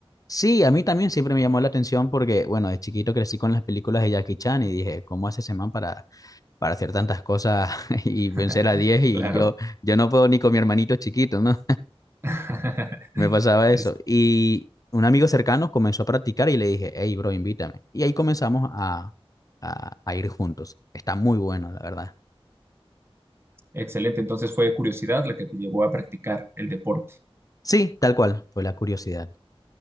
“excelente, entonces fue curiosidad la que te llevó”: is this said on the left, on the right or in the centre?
Right